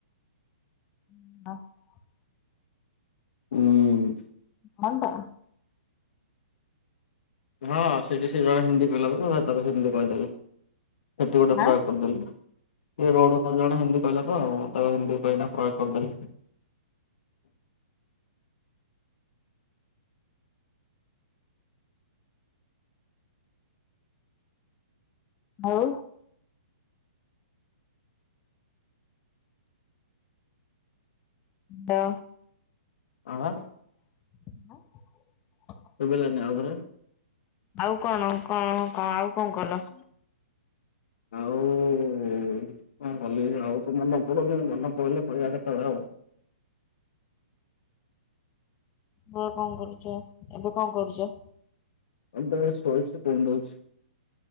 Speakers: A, on the left; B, on the left.
A: <inaudible>
B: ହୁଁ।
A: କନ୍ ବା।
B: ହଁ ସେଠି ସେ ଜଣେ ହିନ୍ଦୀ କହିଲା ପରେ ତା ପରେ ହିନ୍ଦୀ କହିଦେଲେ। ସେଠୀ ଗୋଟେ ପ୍ରୟୋଗ
A: ଆଁ
B: କରିଦେଲି। ସେ ରୋଡ ଉପରେ ଜଣେ ହିନ୍ଦୀ କହିଲା ତ ଆଉ ତାକୁ ହିନ୍ଦୀ କହିଗିନା ପ୍ରୟୋଗ କରିଦେଲି।
A: ଆଉ। ନୋ।
B: କଣ ହେଲା?
A: କଣ?
B: ଶୁଭି ଲାନି ଆଉ ଥରେ।
A: ଆଉ କଣ କଣ କଣ କଣ କଲ?
B: ଆଉ କଣ କଲି ଆଉ ତ ମନେ ପଡ଼ୁନି ମନେ ପଢିଲେ କହିବା କେତେବେଳେ ଆଉ।
A: ବ କଣ କରୁଛ ଏବେ କଣ କରୁଛ?
B: ଏମଟ ଶହଶ କଣ୍ଡଛି <inaudible>